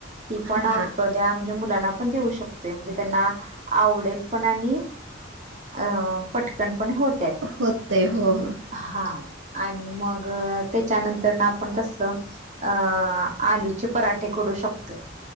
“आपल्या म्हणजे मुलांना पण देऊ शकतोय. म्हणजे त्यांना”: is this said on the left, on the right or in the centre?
Right